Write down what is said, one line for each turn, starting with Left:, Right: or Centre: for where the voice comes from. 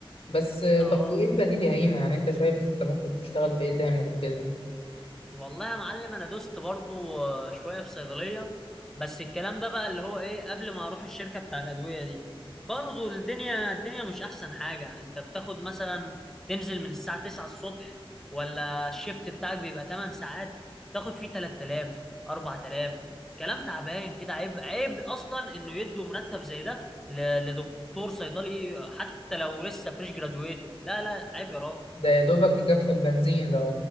Left: بس آه،
Centre: اه
Left: طب وايه البديل يا هيما يعني انت شايف انت ممكن تشتغل في ايه تاني غير كده
Centre: والله يا معلم انا دوست برضو آه، شويه في صيدليه بس الكلام ده بقى اللي هو ايه قبل ما اروح الشركه بتاع الادويه دي برضو الدنيا الدنيا مش احسن حاجه انت بتاخد مثلا تنزل من الساعه 9 الصبح ولا الشيفت بتاعك بيبقى 8 ساعات تاخد فيه 3000 4000 كلام تعبان كده عيب عيب اصلا انه يدوا مرتب زي ده ل- لدكتور صيدلي حتى لو لسه فريش جرادويتد لا لا عيب يا راجل
Left: ده يا دوبك يكفي البنزين لو